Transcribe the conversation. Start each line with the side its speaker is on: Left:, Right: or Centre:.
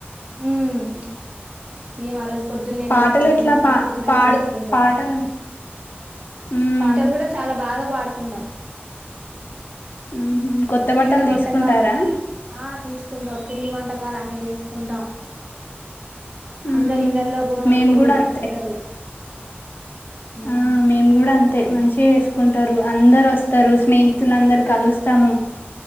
Right: హమ్మే మరోజ పొద్దున్నే
Left: పాటలు
Right: లేస్తాం
Left: ఎట్లా
Right: వీలంతా
Left: పా
Right: శుభ్రం
Left: పాడు
Right: చేసుకుంటాం
Left: పాటలు హ్మ్.
Right: పాటలు కూడా చాలా బాగా పాడుకుంటాం
Left: హుహు. కొత్త
Right: పిండి
Left: బట్టలు
Right: వంటకాలు
Left: తీసుకుంటారా?
Right: ఆ తీసుకుంటాం పిండి వంటకా ంగాళ అన్నీ చేసుకుంటాం
Left: హ్మ్.
Right: అందరు ఇండలో బొమ్మలు
Left: మేము
Right: కొలువు
Left: గూడా
Right: పెట్టుకుంటారు
Left: అంతే.
Right: మ్మ్
Left: ఆ మేము కూడా అంతే మంచి చే చేసుకుంటారు అందరు వస్తారు స్నేహితులు అందరు కలుస్తాము